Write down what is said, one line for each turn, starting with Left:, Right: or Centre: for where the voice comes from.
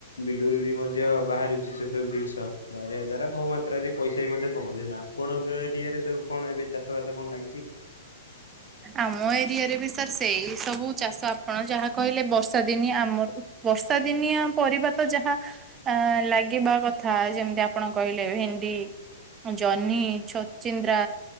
Left: ବିଲୁରୁ ବି ମଧ୍ୟ ବାହାରୁଛି ସେ ସବୁ ଜିନିଷ ନରିବା ଦ୍ଵାରା ବହୁ, ମାତ୍ରାରେ ପଇସା ବି ମଧ୍ୟ କମାଉ ଆପଣଙ୍କ ଏରିଆରେ ସବୁ କଣ ଏବେ ଚାଷ ଚାଷ ବାସ କଣ ଲାଗିଛି କି?
Right: ଆମ ଏରିଆରେ ବି ସାର୍ ସେଇ ସବୁ ଚାଷ ଆପଣ ଯାହା କହିଲେ, ବର୍ଷା ଦିନିଆ ଆମର ବର୍ଷା ଦିନିଆ ପରିବା ତ ଯାହା ଆ ଲାଗିବା କଥା ଯେମିତି ଆପଣ କହିଲେ ହିଡି ଜହ୍ନି ଛଚିନ୍ଦ୍ରା